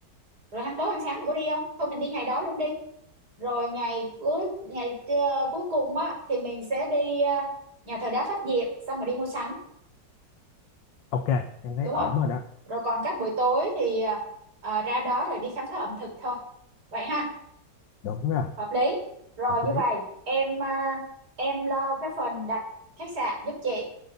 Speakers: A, on the right; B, on the left.
A: rồi hang tối hang sáng mình có đi không thôi mình đi ngày đó luôn đi rồi ngày cuối ngày ờ, cuối cùng á thì mình sẽ đi ờ, nhà thờ đá Phát Diệm xong rồi đi mua sắm
B: ok em thấy
A: đúng
B: ổn
A: không
B: rồi đó
A: rồi còn các buổi tối thì ờ, ờ, ra đó rồi đi khám phá ẩm thực thôi vậy ha
B: đúng rồi
A: hợp lý rồi
B: hợp lý
A: như vậy em ờ, em lo cái phần đặt khách sạn giúp chị